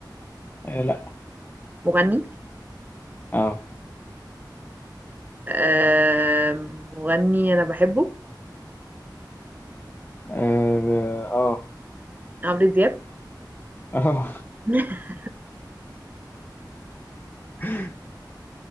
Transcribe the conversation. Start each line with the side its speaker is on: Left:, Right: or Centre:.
Left: آه لا
Right: مغني
Left: اه
Right: آه مغني انا بحبه
Left: اه اه
Right: عمرو دياب
Left: آه.
Right: <laughs>
Left: <laughs>